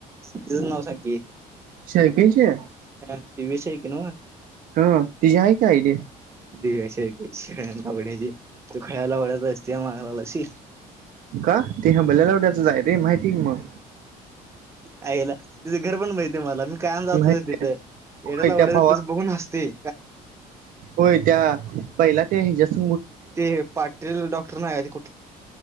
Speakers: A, on the right; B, on the right.
A: ति नाव संखी
B: स कयचे
A: ह ती वस आहे कि नावा
B: हा तिझी आहे काय आयडिया
A: दिव्या शेऐका्यायची लावडण्याची तू खळयला आवडत असते मागलालाशी
B: का ते ह बल्यालावट्याचं जाय रे माहिती का मग
A: आईला तिचं घर पण माहित आहे मला मी कायम जात
B: माहिती
A: तिथे
B: होय
A: येड्याला ओडायला
B: त्या भावा
A: तस बघून अससती
B: होय त्या पहिला ते हिच्यास
A: ते पाटील डॉक्टर नाहीठ.